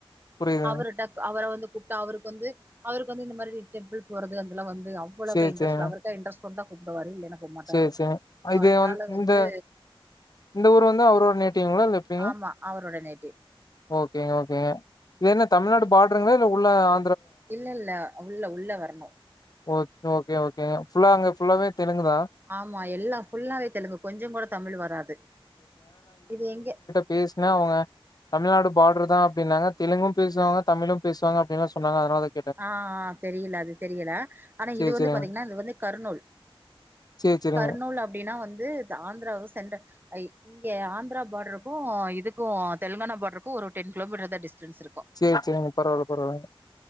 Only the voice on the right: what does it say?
அவரு டக் அவர வந்து கூப்ட்டா அவருக்கு வந்து அவருக்கு வந்து இந்த மாரி டெம்பிள் போறது அதெல்லா வந்து வ்ளோக்கா
இன்ட்ரஸ்ட்
இல்ல அவருக்கா இன்ட்ரஸ்ட் வந்தா கூப்டுவாரு இல்லேனா போ மாட்டாரு
சோ
அதுனால வந்து
ஆமா அவரோட நேட்டிவ்
இல்லல்ல உள்ள உள்ள வரணு
ஆமா எல்லா ஃபுல்லாவே தெலுங்கு கொஞ்சங் கூட தமிழு வராது இது எங்கெ
ஆ ஆ தெரிய்ல அது தெரியல ஆனா
இது வந்து
பாத்தீங்கன்னா இது வந்து கருநூல்
கருநூல் அப்டின்னா வந்து த ஆந்த்ராவு சென்ட ஐ இங்கே ஆந்த்ரா பாட்ருக்கு இதுக்கு தெலுங்கானா பாட்ருக்கு ஒரு டென் கிலோமீட்டர்தா டிஸ்டன்ஸ் இருக்கு